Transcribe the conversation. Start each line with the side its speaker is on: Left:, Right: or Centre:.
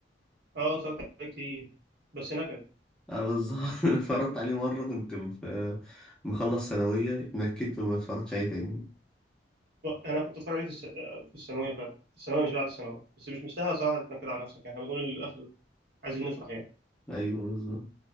Right: اه اتفرجت عليه كتير بس نكد
Centre: اه بالظبط <laughs> اتفرجت عليه مرة كنت في مخلص ثانوية اتنكدت وما اتفرجتش عليه تاني
Right: انا كنت اتفرج عليه في الس... في الثانويه فعلا في الثانويه مش بعد الثانويه بس مش مستاهله صراحه تتنكد على نفسك يعني احنا بنقول للاخر عايزين نفرح يعني
Centre: ايوه بالظبط